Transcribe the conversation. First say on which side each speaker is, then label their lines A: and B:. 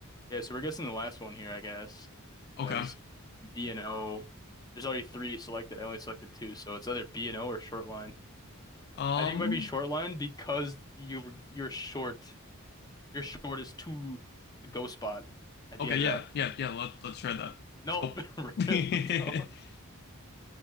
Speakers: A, on the left (about 20°); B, on the left (about 50°).
A: Yeah, so we're guessing the last one here, I guess,
B: Okay.
A: because B and O, there's already three selected. I only selected two, so it's either B and O or short line.
B: Um,
A: I think it might be short line because you you're short. Your short is to the go spot at
B: Okay,
A: the end
B: yeah,
A: of that.
B: yeah, yeah. Let, let's try that.
A: Nope.
B: Oh.
A: <laughs>
B: <laughs>
A: Rip. No.